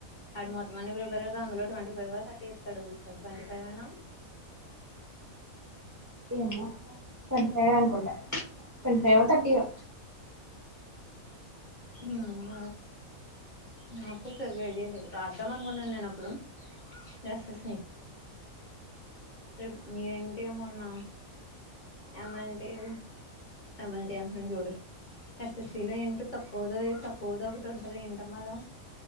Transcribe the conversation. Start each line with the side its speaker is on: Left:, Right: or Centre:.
Left: అడు మొత్తం అనే ప్రీపేర్ ఐతే అందులో ట్వంటీ ఫైవ్ ఒ తర్టీ ఇత్తడు. బు ట్వంటీ ఫైవ్ అనా
Right: ఏమో అక్క ట్వంటీ ఫైవ్ ఏ అనుకుంట ట్వంట ఫైవ్ ఒ థర్టీఓ
Left: ఏమమ్మ నాకు సరిగా ఐడియా లేదు. రాద్దాం అనుకున్నాను నేను అప్పుడు ఎస్ఎస్ రేపు ఏంటి ఏమన్నా ఏమంటివి ఎల్టి అని చూడు ఎస్ఎసి లో ఏంటో తక్కువో తక్కువద ఒకటి ఉంటది. ఏంటమాద